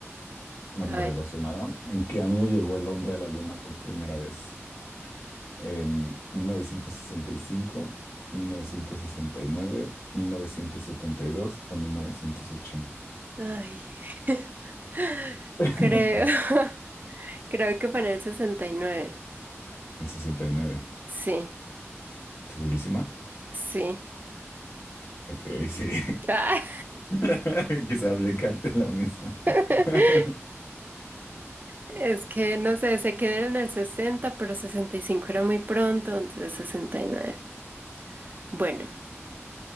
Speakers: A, on the left (about 70°); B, on the right (about 40°).
A: bueno,
B: a ver.
A: relacionada, ¿en qué año llegó el hombre a la luna por primera vez? en mil mil mil novecientos novecientos novecientos sesenta sesenta y y cinco nueve mil novecientos setenta y dos o 1980.
B: Ay. <laughs>
A: <laughs>
B: Creo,
A: Al-
B: <laughs> creo que fue en el sesenta y nueve
A: El sesenta y nueve
B: Sí.
A: ¿Segurísima?
B: Sí.
A: Ok, sí.
B: Ah.
A: <laughs> Quizá aplicarte la misma.
B: <laughs>
A: <laughs>
B: Es que no sé, se quedó en el 60, pero 65 era muy pronto, entonces 69. Bueno,